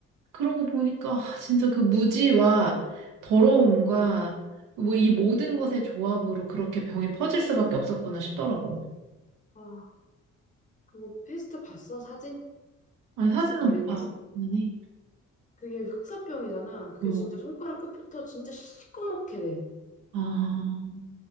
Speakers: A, on the right; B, on the left.
A: 그런 거 보니까 아, 진짜 그 무지와 더러움과 뭐 이 모든 것의 조합으로 그렇게 병이 퍼질 수밖에 없었구나 싶더라고.
B: 어, 아, 그거 패스트 봤어? 사진?
A: 아니,
B: 패스트
A: 사진은
B: 걸린
A: 못 봤어,
B: 사람?
A: 당연히.
B: 그게 흑사병이잖아. 그게
A: 어,
B: 진짜 손가락 끝부터 진짜 시꺼멓게 돼.
A: 아,